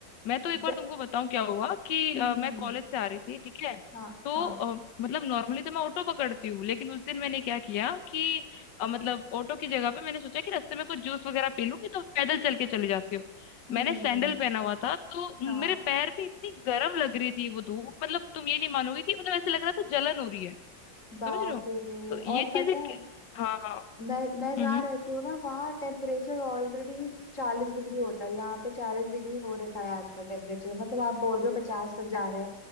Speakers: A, on the left; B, on the left.
A: मैं तो एक बार
B: ज...
A: तुमको बताऊं क्या हुआ कि
B: हम्म
A: अ,
B: हम्म
A: मैं
B: हम्म,
A: कॉलेज से आ रही थी ठीक है
B: हाँ
A: तो
B: हाँ
A: अ, मतलब नॉर्मली तो मैं ऑटो पकड़ती हूँ लेकिन उस दिन मैंने क्या किया कि अ, मतलब ऑटो की जगह पे मैंने सोचा कि रास्ते में कुछ जूस वगैरह पी लूंगी तो पैदल चल के चली जाती हूँ
B: हम्म
A: मैंने सैंडल पहना हुआ था तो
B: हाँ
A: मेरे पैर पे इतनी गर्म लग रही थी वो धूप मतलब तुम ये नहीं मानोगे कि मतलब ऐसे लग रहा था जलन हो रही है
B: बाप
A: समझ रहे हो
B: रे
A: तो ये
B: और
A: चीजें
B: पता
A: क-
B: है
A: हाँ हाँ
B: मैं मैं जहाँ
A: हम्म
B: रहती हूँ ना वहाँ टेम्परेचर ऑलरेडी चालीस डिग्री होता है यहाँ पे चालीस डिग्री हो रखा है आजकल टेम्परेचर मतलब आप बोल रहे हो पचास तक जा रहा है